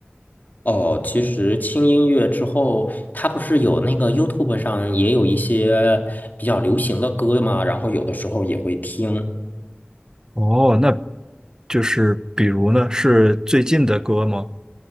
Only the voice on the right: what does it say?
哦，那就是比如呢，是最近的歌吗？